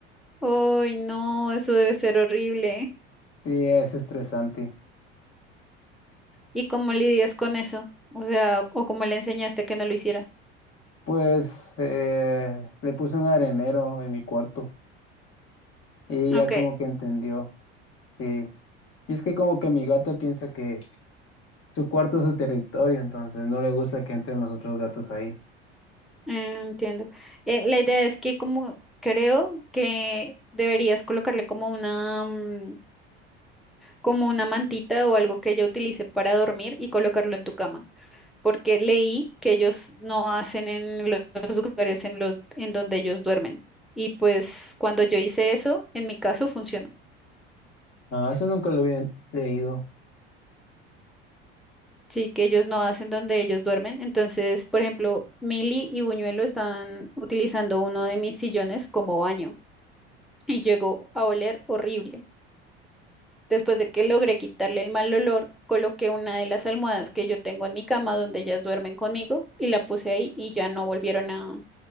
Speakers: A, in the centre; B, on the left.
A: Ay, no, eso debe ser horrible.
B: Sí, es estresante.
A: ¿Y cómo lidias con eso? O sea, o cómo le enseñaste a que no lo hiciera.
B: Pues eh, le puse un arenero en mi cuarto y
A: Ok,
B: ya como
A: eh,
B: que entendió. Sí. Y es que como que mi gata piensa que su cuarto es su territorio, entonces no le gusta que entren los otros gatos ahí.
A: entiendo. Eh, la idea es que como creo que deberías colocarle como una, mm, como una mantita o algo que ella utilice para dormir y colocarlo en tu cama, porque leí que ellos no hacen en lo- los lugares en los en donde ellos duermen. Y pues cuando yo hice eso, en mi caso funcionó.
B: Ah, eso nunca lo había leído.
A: Sí, que ellos no hacen donde ellos duermen. Entonces, por ejemplo, Mili y Buñuelo estaban utilizando uno de mis sillones como baño y llegó a oler horrible. Después de que logré quitarle el mal olor, coloqué una de las almohadas que yo tengo en mi cama donde ellas duermen conmigo y la puse ahí y ya no volvieron a